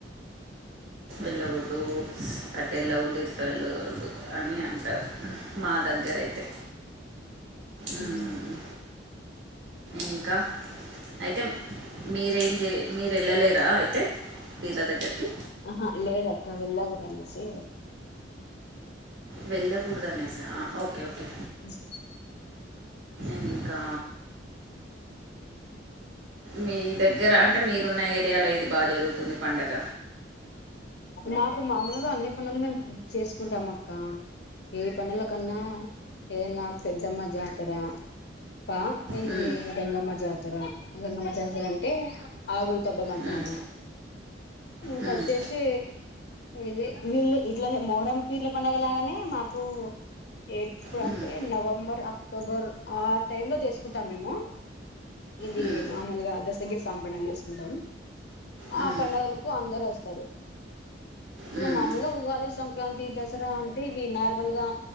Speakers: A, on the right (about 75°); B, on the left (about 60°).
A: ఎల్లకుడదు అటెల్లకూడ్ ఇటేళ్ళకూడదు అని అంటారు మా దగ్గర అయితే
B: హ్మ్
A: మ్, ఇంకా అయితే మీరేం చే మీరేళ్ళలేరా అయితే వీళ్ళ దగ్గరికి
B: ఆహ లేదక్క వెళ్ళకూడదనేసి
A: వెళ్లగుడదనేసా ఓకే ఓకే
B: మ్
A: ఇంకా మీ దగ్గర అం అంటే మీరున్న ఏరియాలో ఏది బాగా జరుగుతుంది పండగ
B: మాకు మామూలుగా అన్ని పండగలు మేము చేసుకుంటాం అక్క ఈ పండగల కన్నా ఏదన్నా పెద్దమ్మా జాతర ప్ప
A: మ్మ్,
B: ఇది గంగమ్మ జాతర గంగమ్మ జాతర అంటే ఆవులు దబ్బమంటాను
A: మ్మ్,
B: ఇంకా
A: మ్మ్,
B: వచ్చేసి ఇదే వీళ్ళు ఇట్లనే మొహరం పీర్ల పండగ లాగానే మాకు ఎప్పుడ
A: మ్మ్,
B: అంటే నవంబర్ అక్టోబర్ ఆ టైమ్ లో చేసుకుంటాం మేము ఇది
A: మ్మ్,
B: మామూలుగా దశగిరి సాంపద చేసుకుంటాము
A: మ్మ్,
B: ఆ పండగలకు అందరు వస్తారు ఇక
A: మ్మ్,
B: మామూలుగా
A: మ్మ్,
B: ఉగాది సంక్రాంతి దసరా అంటే ఇవి నార్మల్ గా